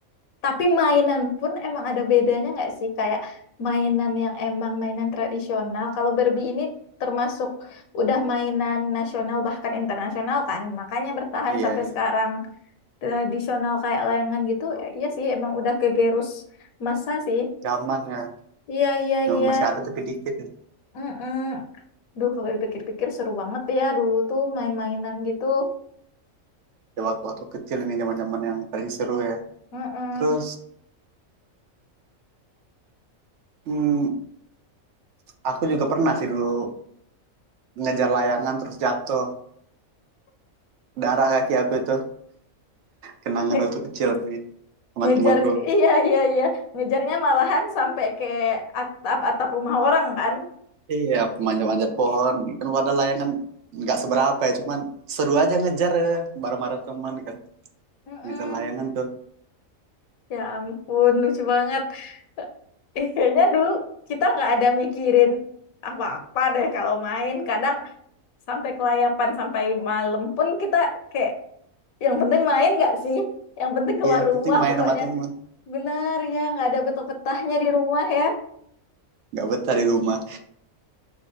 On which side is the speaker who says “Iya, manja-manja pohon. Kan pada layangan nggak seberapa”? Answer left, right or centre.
Right